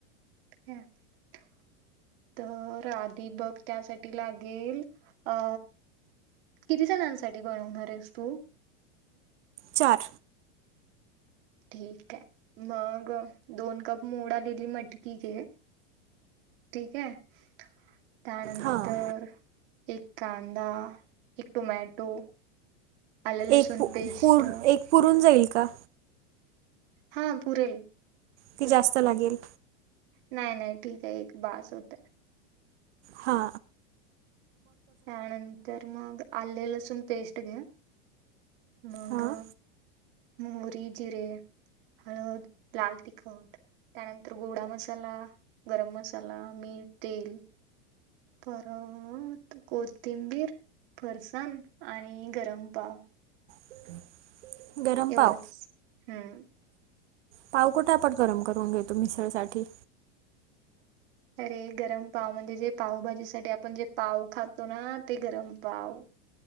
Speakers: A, on the right; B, on the right.
A: <unintelligible> तर, आधि बग त्यासाठी लागेल अ किती जणांसाठी बनवणार आहेस तू?
B: चार
A: ठीक आहे, मग दोन कप मोड आलेली मटकी घे. ठीक आहे. त्यानंतर
B: हां
A: एक कांदा, एक टोमॅटो, आल लसूण
B: एक पु
A: पेस्ट
B: पुर एक पुरून जाईल का?
A: हा पुरेल.
B: की
A: पुरेल
B: जास्त लागेल.
A: नाही नाही ठीक आहे. एक बास होत.
B: हा
A: त्यानंतर मग, आले लसूण पेस्ट घ्या. मग,
B: हां
A: मोहरी, जिरे, हळद, लाल तिख ट, त्यानंतर गोडा मसाला, गरम मसाला, मीठ, तेल परत कोथिंबीर, फरसण, आणि गरम पाव.
B: <inaudible> गरम
A: एवढच,
B: पाव
A: हम्म
B: पाव कुठ आपण गरम करून घेतो मिसळसाठी.
A: अरे गरम पाव म्हणजे, जे पावभाजीसाठी आपण जे पाव खातो ना, ते गरम पाव.